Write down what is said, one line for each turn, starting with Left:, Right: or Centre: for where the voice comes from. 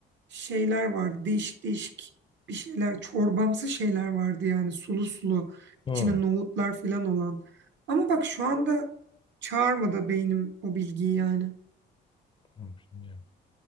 Right: şeyler vardı. Değişik değişik bir şeyler, çorbamsı şeyler vardı yani sulu sulu,
Left: Hı.
Right: içine nohutlar falan olan. Ama bak şu anda çağırmadı beynim o bilgiyi yani.
Left: Hı, Bilmiyorum.